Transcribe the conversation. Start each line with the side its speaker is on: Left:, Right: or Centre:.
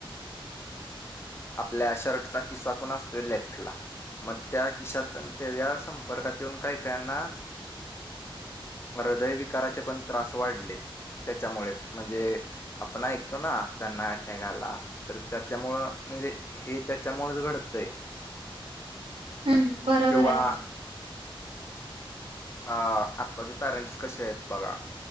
Left: आपल्या अ शर्टचा किस्सा पण असतोय लेफ्टला मं त्या किशात आणि संपर्कात येऊन काय काय यांना हृदयविकाराचे पण त्रास वाढलेत. त्याच्यामुळेच म्हणजे आपण ऐकतो ना त्यानां अटॅक आला तर त्याच्यामुळे म्हणजे हे त्याच्यामुळंच घडतंय. <unintelligible>
Right: हम्म बरोबर
Left: किंवा
Right: आहेत बघा
Left: आ आत्ताचे पॅरेंट्स कसे आहेत बघा